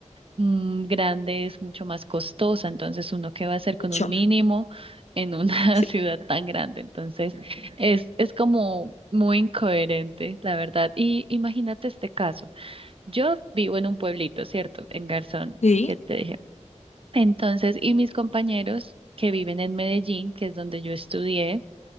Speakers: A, on the right; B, on the left.
A: mm, grande es mucho más costosa, entonces uno qué va a hacer
B: mucho.
A: con un mínimo en una <laughs>
B: Sí.
A: ciudad tan grande, entonces es, es como muy incoherente, la verdad. Y imagínate este caso, yo vivo en un pueblito, ¿cierto? En Garzón,
B: sí,
A: que te dije. Entonces, y mis compañeros que viven en Medellín, que es donde yo estudié,